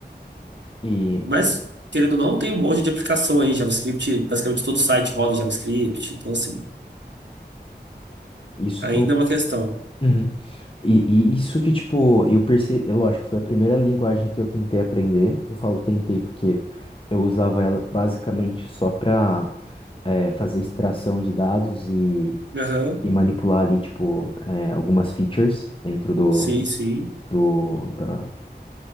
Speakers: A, on the left; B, on the right.
A: E
B: Mas, querendo ou não, tem um monte de aplicação aí. JavaScript, basicamente todo site roda em JavaScript. Então, assim,
A: isso
B: ainda
A: que eu.
B: é uma questão.
A: Uhum. E, e isso que, tipo, eu percebi, é lógico, foi a primeira linguagem que eu tentei aprender. Eu falo tentei porque eu usava ela basicamente só pra eh, fazer extração de dados e,
B: Aham,
A: e manipular ali, tipo, eh, algumas features dentro do,
B: sim, sim.
A: do, da...